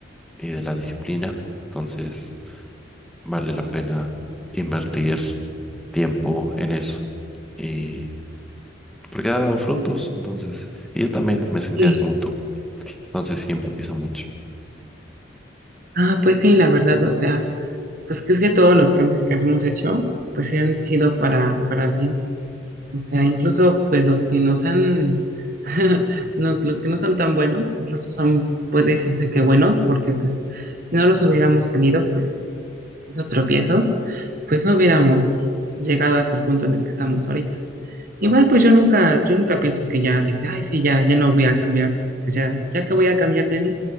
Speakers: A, in the centre; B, on the right.
A: y de la disciplina, entonces vale la pena invertir tiempo en eso. Y porque ha dado frutos, entonces, y yo también me sentía
B: Sí,
A: como tú, entonces sí empatizo mucho.
B: ah, pues sí, la verdad, o sea, pues que es que todos los cambios que hemos hecho, pues sí han sido para, para bien. O sea, incluso pues los que no son, <laughs> no, los que no son tan buenos, incluso son, puede decirse que buenos, porque pues si no los hubiéramos tenido, pues esos tropiezos, pues no hubiéramos llegado hasta el punto en el que estamos ahorita. Igual pues yo nunca, yo nunca pienso que ya, de que, ay, sí, ya, ya no voy a cambiar, porque pues ya, ya que voy a cambiar de mí,